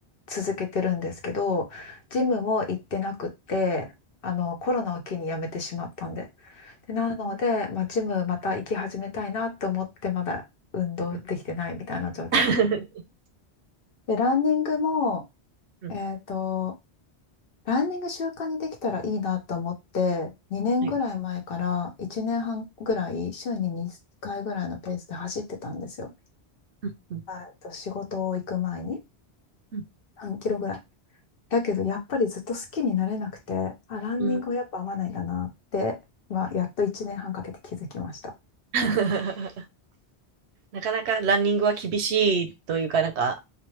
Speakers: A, on the left; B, on the right.
A: 続けてるんですけど、ジムも行ってなくて、あの、コロナを機に辞めてしまったんで。で、なので、
B: うん
A: まあ、ジムまた行き始めたいなと思って、まだ運動できてないみたいな状況です。
B: うんうん <laughs>
A: で、ランニングも、
B: うん
A: えっと、ランニング習慣にできたらいいなと思って、2年ぐらい前から1年半ぐらい、
B: はい
A: 週に2回ぐらいのペースで走ってたんですよ。
B: うんう
A: えっと、仕事を行く前に
B: ん
A: 3キロぐらい。だけど、やっぱりずっと好きになれなくて、あ、ランニングはやっぱ合わないんだなって、
B: うん
A: まあ、やっと1年半かけて気づきました。
B: <laughs> なかなかランニングは厳しいというか、なんか、